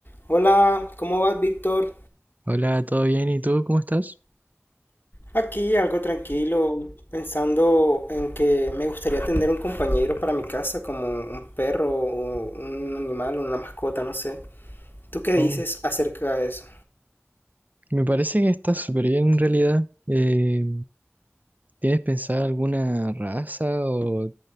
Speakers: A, on the left; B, on the right.
A: Hola, ¿cómo vas, Víctor?
B: Hola, ¿todo bien? ¿Y tú cómo estás?
A: Aquí algo tranquilo, pensando en que me gustaría tener un compañero para mi casa, como un perro o un animal o una mascota, no sé. ¿Tú qué dices
B: Oh,
A: acerca de eso?
B: me parece que estás súper bien en realidad. Eh, ¿tienes pensado alguna raza o